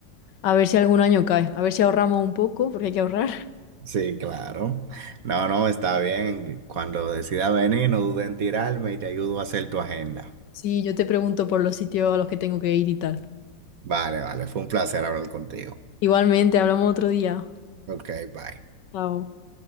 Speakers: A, on the left; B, on the right.
A: A ver si algún año cae. A ver si ahorramos un poco, porque hay que ahorrar. <laughs>
B: Sí, claro. No, no, está bien. Cuando decida venir, no dudes en tirarme y te ayudo a hacer tu agenda.
A: Sí, yo te pregunto por los sitios a los que tengo que ir y tal.
B: Vale, vale. Fue un placer hablar contigo.
A: Igualmente, hablamos otro día.
B: Ok, bye.
A: Chao.